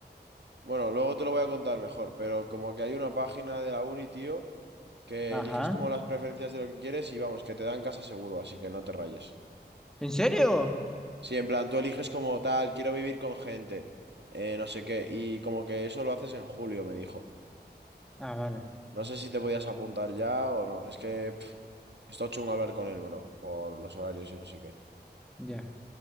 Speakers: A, on the right; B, in the centre.
A: bueno, luego te lo voy a contar mejor, pero como que hay una página de la uni, tío, que
B: Ajá.
A: eliges como las preferencias de lo que quieres y vamos, que te dan casa seguro, así que no te rayes.
B: ¿En serio?
A: Sí, en plan, tú eliges como tal, quiero vivir con gente, eh, no sé qué, y como que eso lo haces en julio, me dijo.
B: Ah, vale,
A: No sé si te podías apuntar ya o no, es que pff, está chungo hablar con él, bro, por los horarios y no sé qué.
B: ya.